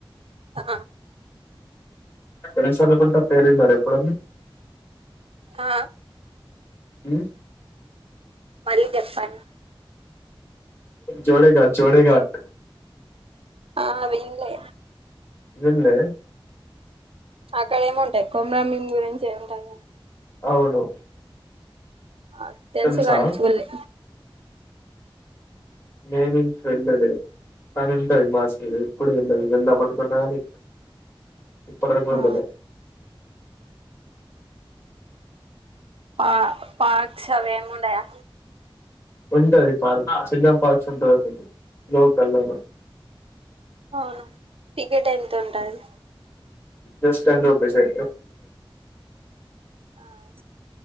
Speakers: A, on the right (about 80°); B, on the left (about 25°).
A: ఆ
B: ఎంసలకుంట పేరు విన్నారా ఎప్పుడైనా
A: ఆ
B: ఉ
A: మళ్లీ చెప్పం అండి
B: జోడేఘాట్ జోడేఘాట్
A: ఆ విన్లే
B: విన్లే
A: అక్కడ ఏముంటాయి కుమురంభీం గురించి ఏముంటాయి
B: అవును
A: ఆ తెలుసు
B: తెలుసా
A: కానించుడాలే
B: నేను ఇంకా వెళ్ళలే కాని ఉంటాయి మాసైడ్ ఎ ఎప్పుడు వెళ్ళలే వెళ్దాం అనుకున్నా కాని ఇప్పుడురకు వెళ్ళలే
A: ఆ పా పాక్ష వేమండయా
B: ఉంటది పార్క్ చిల్న్ పార్క్స్ ఉంటందిది లోకల్ లో
A: అవునా టికెట్ ఎంత ఉంటది
B: జస్ట్ టెన్ రూపీస్ ఎ
A: ఆవు